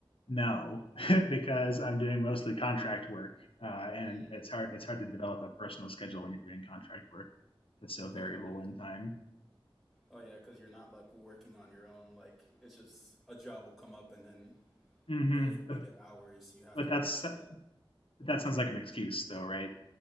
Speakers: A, on the left; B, in the centre.
A: No, <laughs> because I'm doing mostly contract work, uh, and
B: Mm.
A: it's hard it's hard to develop a personal schedule when you're doing contract work. That's so
B: yeah
A: variable
B: okay
A: in time.
B: oh yeah because you're not like working on your own like it's just a job will come up and then
A: hmm
B: those will be
A: But
B: the hours you have
A: but
B: to
A: that's
B: work for
A: but that sounds like an excuse, though, right?